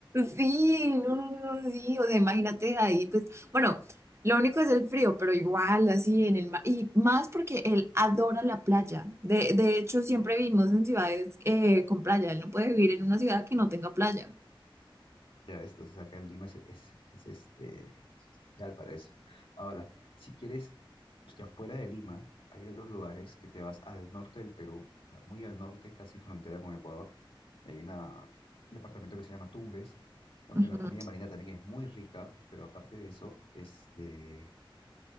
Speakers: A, on the right; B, on the left.
A: Sí, no, no, no, no, sí, o sea, imagínate ahí, pues, bueno, lo único es el frío, pero igual, así en el mar, y más porque él adora la playa, de, de hecho, siempre vivimos en ciudades eh, con playa, él no puede vivir en una ciudad que no tenga playa.
B: Ya ves, entonces acá en Lima es, es, es este, ya para eso. Ahora, si quieres, ya fuera de Lima, hay otros lugares que te vas al norte del Perú, o sea, muy al norte, casi frontera con Ecuador. Hay una, un departamento que se llama Tumbes, donde
A: Ujú.
B: la comida marina también es muy rica, pero aparte de eso, este,